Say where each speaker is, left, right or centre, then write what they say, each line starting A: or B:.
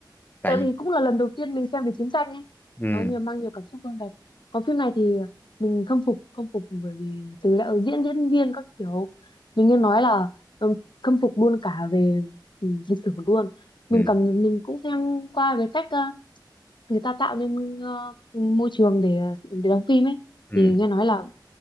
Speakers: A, on the left; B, on the left.
A: tại
B: tại vì cũng là lần đầu tiên mình xem về chiến tranh ấy
A: ừ
B: nó nhiều mang nhiều cảm xúc hơn thật còn phim này thì mình khâm phục khâm phục bởi vì từ đạo diễn diễn viên các kiểu mình nghe nói là ừ, khâm phục luôn cả về ừ, lịch sử luôn mình
A: ừ
B: cầm mình cũng xem qua về cách ờ, người ta tạo nên ờ, môi trường để để đóng phim ấy
A: ừ
B: thì nghe nói là